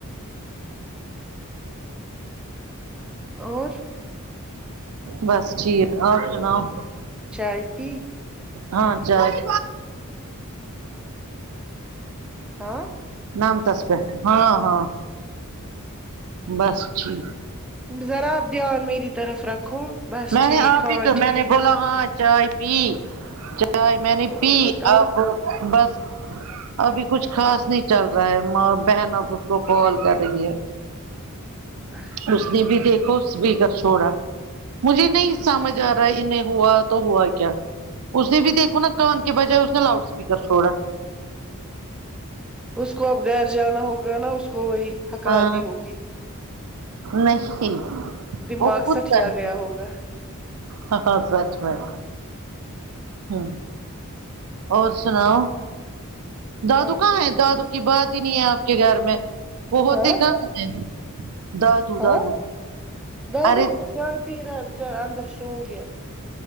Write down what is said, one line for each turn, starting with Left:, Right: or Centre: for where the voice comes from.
Centre: اور
Right: بس ٹھیک اور سناؤ
Centre: چائے پی
Right: ہاں جائے
Centre: ہاں
Right: نام تس پ ہاں ہاں بس ٹھیک
Centre: ذرا آپ دھیان میری طرف رکھو بس
Right: میں
Centre: ٹھیک
Right: نے آپ
Centre: ہاں
Right: ہی کو
Centre: ٹھیک
Right: میں نے بولا ہاں چائے پی چائے میں نے
Centre: اور
Right: پی
Centre: بتاؤ
Right: آپ بس ابھی کچھ خاص نہیں چل رہا ہے ماں بہن اب اس کو کال کر رہی ہے
Centre: ا
Right: اس نے بھی دیکھو اس بھیگر چھوڑا مجھے نہیں سمجھ آ رہا ہے انہیں ہوا تو ہوا کیا اس نے بھی دیکھو نا کان کے بجائے اس نے لاؤڈ اسپیکر چھوڑا
Centre: اس کو اب گھیر جانا ہوگا نا اس کو وہی ہکال
Right: ہاں
Centre: دی ہوگی
Right: نہیں
Centre: دماغ
Right: وہ خود
Centre: سٹیا
Right: کر
Centre: گیا ہوگا
Right: ہاں سچ میں ہ اور سناؤ دادو
Centre: باقی
Right: کہاں ہیں دادو کی بات ہی نہیں ہے آپ کے گھر میں وہ ہوتے
Centre: ہاں
Right: کہاں ہیں دادو
Centre: ہاں
Right: دادو
Centre: دادو
Right: ارے
Centre: چائے پی رہا بچارا اندر سو گیا